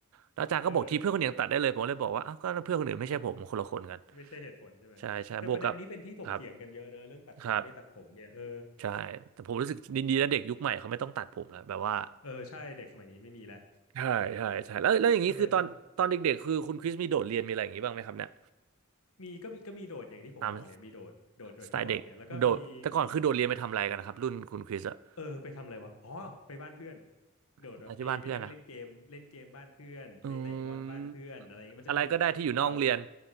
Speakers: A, on the right; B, on the left.
A: แล้วอาจารย์ก็บอกทีเพื่อนคนอื่นยังตัดได้เลยผมเลยบอกว่าอ้าวก็เพื่อนคนอื่นไม่ใช่ผมคนละคนกัน
B: เออเออไม่ใช่เหตุผลใช่ไหมแต่ประเด็นนี้เป็นที่ถกเถียงกันเยอะเนอะเรื่องตัดผมไม่ตัดผมเนี่ยเออ
A: ใช่ใช่บวกกับครับครับ ใช่แต่ผมรู้สึกดีๆนะเด็กยุคใหม่เขาไม่ต้องตัดผมแล้วแบบว่า
B: เออใช่เด็กสมัยนี้ไม่มีแล้ว
A: ใช่ใช่ใช่แล้วแล้วอย่างนี้คือตอนตอนเด็กๆคือคุณคริสมีโดดเรียนมีอะไรอย่างนี้บ้างไหมครับเนี่ย
B: สมัยสมมีก็มีก็มีโดดอย่างที่ผมบอกเนี่ยมีโดดโดดแบบที่บอกเนี่ยแล้วก็มีมี
A: ตามสไตล์เด็กโดดแต่ก่อนคือโดดเรียนไปทำอะไรกันนะครับรุ่นคุณคริสอะ
B: เออไปทำอะไรวะอ๋อไปบ้านเพื่อนโดดแบบไปไปนั่งเล่นเกมเล่นเกมบ้านเพื่อนไปเตะบอลบ้านเพื่อนอะไรอย่างงี้มันจะมี
A: อะไรที่บ้านเพื่อนนะอืมอะไรก็ได้ที่อยู่นอกโรงเรียน
B: แถว